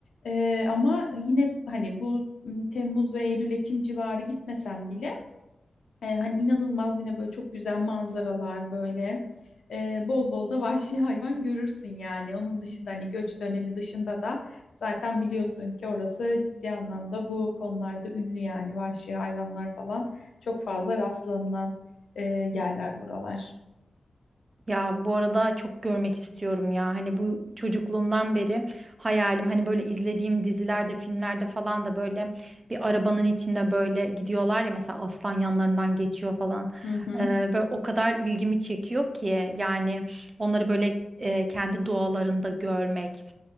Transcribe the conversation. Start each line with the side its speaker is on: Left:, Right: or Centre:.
Left: E, ama yine hani bu m, Temmuz ve Eylül Ekim civarı gitmesen bile e, hani inanılmaz yine böyle çok güzel manzaralar böyle. E, bol bol da vahşi hayvan görürsün yani. Onun dışında hani göç dönemi dışında da zaten biliyorsun ki orası ciddi anlamda bu konularda ünlü yani vahşi hayvanlar falan çok fazla rastlanılan e, yerler buralar.
Right: Ya bu arada çok görmek istiyorum ya. Hani bu çocukluğumdan beri hayalim hani böyle izlediğim dizilerde, filmlerde falan da böyle bir arabanın içinde böyle gidiyorlar ya mesela aslan yanlarından geçiyor falan.
Left: Hı hı.
Right: Ee, böyle o kadar ilgimi çekiyor ki yani onları böyle e, kendi doğalarında görmek.